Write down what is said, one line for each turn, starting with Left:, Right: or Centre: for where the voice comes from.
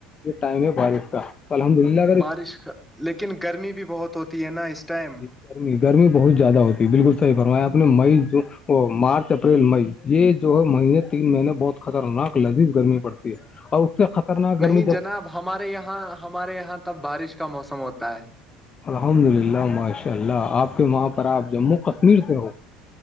Left: یہ ٹائم ہے بارش کا الحمد اللہ
Centre: بارش کا لیکن گرمی بھی بہت ہوتی ہے نا اس ٹائم
Left: جی گرمی گرمی بہت زیادہ ہوتی ہے بالکل صحیح فروا آپ نے مئی جو وہ مارچ اپریل مئی یہ جو ہے مہینے تین مہینے بہت خطرناک لذیذ گرمی پڑتی ہے <inaudible> سے خطرناک گرمی
Centre: نہیں
Left: جب
Centre: جناب ہمارے یہاں ہمارے یہاں تب بارش کا موسم ہوتا ہے
Left: الحمد للہ ماشاء اللہ آپ کے وہاں پر آپ جموں کشمیر سے ہ